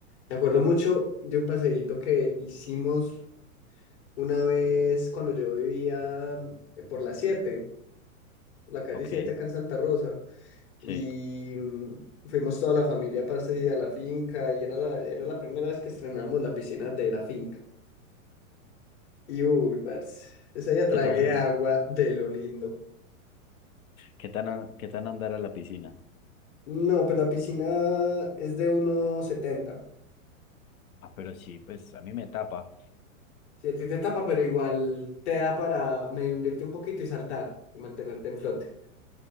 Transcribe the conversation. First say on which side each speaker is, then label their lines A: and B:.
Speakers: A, on the left; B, on the left.
A: Me acuerdo mucho de un paseíto que hicimos una vez cuando yo vivía eh, por la siete la calle
B: Ok,
A: 7 acá en Santa Rosa.
B: sí.
A: Y mm, fuimos toda la familia, parce, y a la finca. Y era la, era la primera vez que estrenábamos la piscina de la finca. Y uy, parce, esa ya tragué
B: ¿Qué tan,
A: agua de lo lindo.
B: qué tan, a- qué tan andar a la piscina?
A: No, pues la piscina es de 1,70.
B: Ah, pero sí, pues a mí me tapa.
A: Si a ti te tapa, pero igual te da para medio hundirte un poquito y saltar y mantenerte en flote.